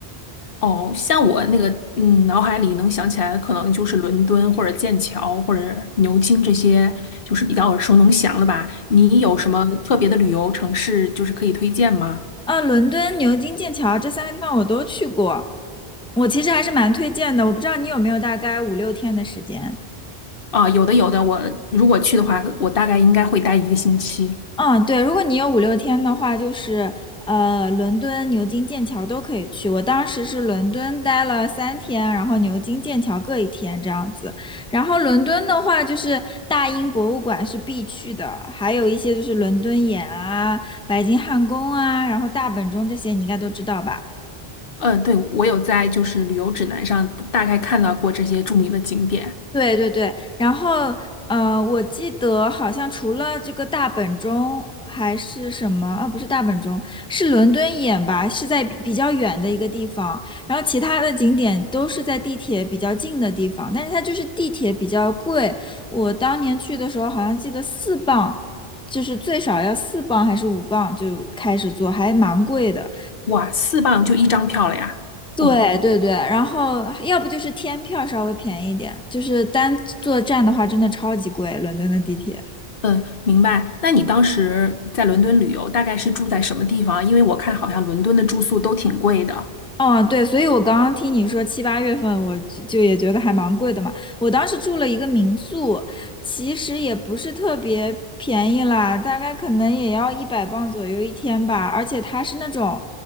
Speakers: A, on the left; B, in the centre.
A: 哦，像我那个，嗯，脑海里能想起来的，可能就是伦敦或者剑桥或者牛津这些，就是比较耳熟能详的吧。你有什么特别的旅游城市，就是可以推荐吗？
B: 啊，伦敦、牛津、剑桥这三个地方我都去过，我其实还是蛮推荐的。我不知道你有没有大概五六天的时间。
A: 啊，有的，有的。我如果去的话，我大概应该会待一个星期。
B: 嗯，对，如果你有五六天的话，就是呃，伦敦、牛津、剑桥都可以去。我当时是伦敦待了三天，然后牛津、剑桥各一天这样子。然后伦敦的话，就是大英博物馆是必去的，还有一些就是伦敦眼啊、白金汉宫啊，然后大本钟这些你应该都知道吧。
A: 嗯，对，我有在就是旅游指南上大概看到过这些著名的景点。
B: 对对对，然后呃，我记得好像除了这个大本钟还是什么啊？不是大本钟，是伦敦眼吧？是在比比较远的一个地方，然后其他的景点都是在地铁比较近的地方，但是它就是地铁比较贵。我当年去的时候好像记得四磅，就是最少要四磅还是五磅就开始坐，还蛮贵的。
A: 哇，四磅就一张票了呀！
B: 对对对，
A: 哦。
B: 然后要不就是天票稍微便宜一点，就是单坐站的话真的超级贵，伦敦的地铁。
A: 嗯，明白。那你当时在伦敦旅游，大概是住在什么地方？因为我看好像伦敦的住宿都挺贵的。
B: 哦，对，所以我刚刚听你说七八月份，我就就也觉得还蛮贵的嘛。我当时住了一个民宿，其实也不是特别便宜啦，大概可能也要一百磅左右一天吧。而且它是那种，